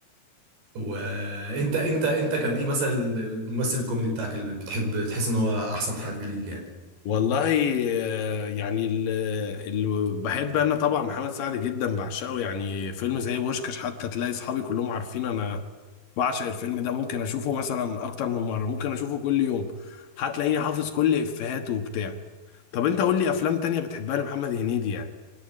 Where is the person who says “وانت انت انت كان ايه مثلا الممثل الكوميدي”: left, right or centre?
Right